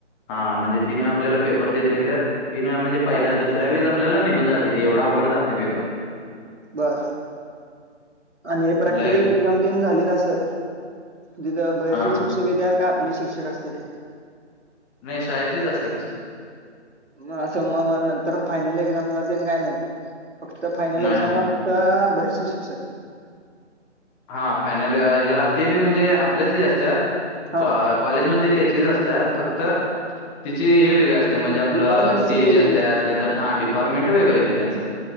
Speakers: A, in the centre; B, on the right.
A: हा म्हणजे तीन वेळा आपल्याला पेपर देतेेत त्या तीन व्या म्हणजे पहिला
B: हा
A: दुस त्यावीस आपल्याला निघून जाते ते, एवढ अवघड जात नाही पेपर.
B: बर, आणि हे प्रॅक्टिकल
A: लाईक
B: एक्झाम तेन झाली असं. तिथं बाहेरचे
A: हा
B: शिक्षक येत्यात, का आपले शिक्षक असत्यात.
A: नाही शाळेतली चं असत्यात.
B: म -असं, मग- मग नंतर फायनल एक्झामला तेन काय नाही. फक्त फायनल
A: नाही
B: एक्झामला,
A: नाही
B: फक्त बाहिरची शिक्षक.
A: हा फायनल हिला ते बी, म्हणजे आपल्याच हिची असतात.
B: हा
A: कॉलेजमधली तेथलीच असतात, फक्त तिची हे वेगळी‌ असतात. ते म्हणजे आपलं,
B: डिपार्टमेंटचे
A: सी ए
B: वेगवेगळे
A: ची असतात नाही तर डिपार्टमेंट वेगळं येतेय त्यांचं.